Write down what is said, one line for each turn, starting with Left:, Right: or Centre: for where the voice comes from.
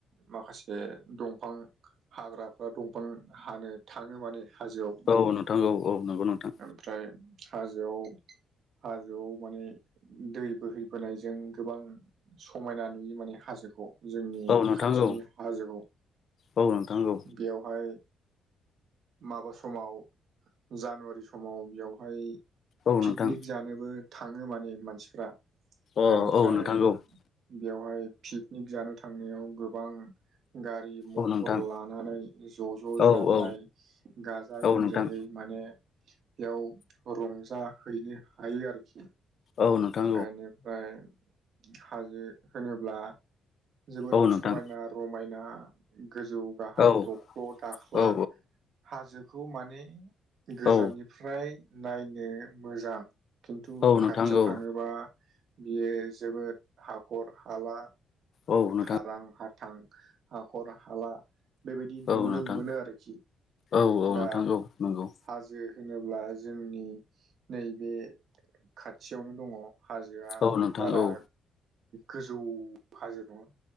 Right: माखासे दंफां हाग्राफ्रा दंफां हानो थाङो माने हाजोआव
Left: औ नोंथां औ औ नंगौ नोंथां
Right: ओमफ्राय हाजोआव हाजोआव माने दै बोहैबोनायजों गोबां समायना नुयो माने हाजोखौ जोंनि
Left: औ नोंथां
Right: खाथिनि
Left: औ
Right: हाजोआव
Left: औ नोंथां औ
Right: बेयावहाय माबा समाव जानुवारि समाव बेवहाय
Left: औ
Right: पिकनिक
Left: नोंथां
Right: जानोबो थाङो माने मानसिफ्रा
Left: अ
Right: ओमफ्राय
Left: औ नोंथां औ
Right: बेवहाय पिकनिक जानो थांनायाव गोबां गारि मथर
Left: औ नोंथां
Right: लानानै ज' ज'
Left: औ
Right: जाजाय
Left: औ
Right: गाजा
Left: औ
Right: गोमजायै
Left: नोंथां
Right: माने बेयाव रंजाहैनो हायो आरोखि
Left: औ नोंथां
Right: बेनिफ्राय हाजो होनोब्ला जोबोद
Left: औ नोंथां
Right: समायना रमायना गोजौ गाहाय
Left: औ
Right: दख्ल' दाख्ला
Left: औ
Right: हाजोखौ माने गोजाननिफ्राय
Left: औ
Right: नायनो मोजां खिन्थु
Left: औ
Right: खाथियाव
Left: नोंथां औ
Right: थाङोबा बियो जोबोद हाखर हाला
Left: औ नोंथा
Right: हारां हाथां हाखर हाला बेबायदि नुनो
Left: औ नोंथां
Right: मोनो आरोखि।
Left: औ
Right: दा
Left: नोंथां औ नंगौ
Right: हाजो होनोब्ला जोंनि नैबे खाथियावनो दङ हाजोआ
Left: औ नोंथां
Right: बारा
Left: औ
Right: गोजौ हाजो नङा